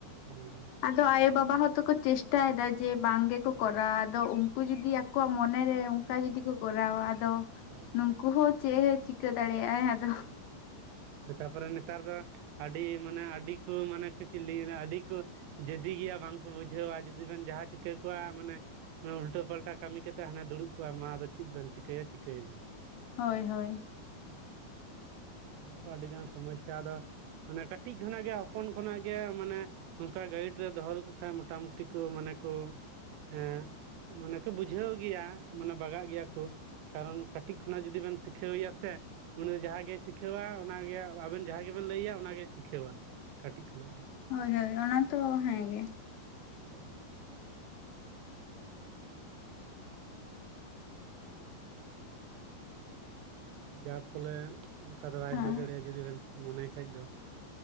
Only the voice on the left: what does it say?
ᱟᱫᱚ ᱟᱭᱳ ᱵᱟᱵᱟ ᱦᱚᱸᱛᱚ ᱠᱚ ᱪᱮᱥᱴᱟᱭᱫᱟ ᱡᱮ ᱵᱟᱝ ᱜᱮᱠᱚ
ᱠᱚᱨᱟᱣᱟ ᱟᱫᱚ ᱩᱝ ᱠᱩ ᱡᱩᱫᱤ ᱟᱠᱚᱣᱟᱜ ᱢᱚᱱᱮᱨᱮ ᱚᱝᱠᱟ ᱡᱩᱫᱤ
ᱠᱚ ᱠᱚᱨᱟᱣᱟ ᱟᱫᱚ
ᱱᱩᱝᱠᱩ ᱦᱚᱸ ᱪᱮᱜ ᱮ ᱪᱤᱠᱟᱹ ᱫᱟᱲᱮᱭᱟᱜ-ᱟᱭ ᱟᱫᱚ᱾
ᱦᱳᱭ ᱦᱳᱭ᱾
ᱦᱳᱭ ᱦᱳᱭ ᱚᱱᱟ ᱛᱚ ᱦᱮᱸᱜᱮ᱾
ᱦᱮᱸ